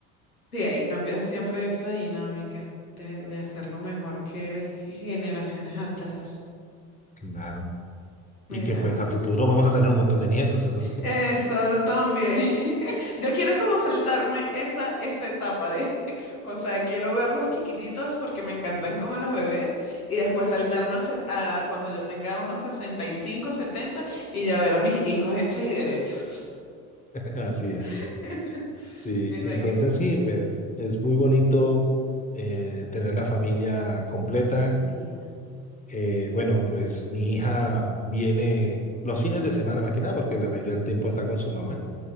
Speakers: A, on the left (about 90°); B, on the left (about 20°).
A: Sí, ahí cambia siempre esa dinámica de, de hacerlo mejor que generaciones atrás.
B: Claro. Y
A: Mira.
B: que pues a futuro vamos a tener un montón de nietos, eso sí.
A: Eso también. <laughs> Yo quiero como saltarme esa, esa etapa de, <laughs> o sea, quiero verlos chiquititos porque me encantan como los bebés y después saltarme a, ses- a cuando yo tenga unos 65 70 y ya ver a mis hijos hechos y derechos.
B: Así es.
A: <laughs>
B: Sí,
A: Mira,
B: entonces
A: qué
B: sí, pues es muy bonito eh, tener la familia completa.
A: interesante.
B: Eh, bueno, pues mi hija viene los fines de semana más que nada porque la mayoría del tiempo está con su mamá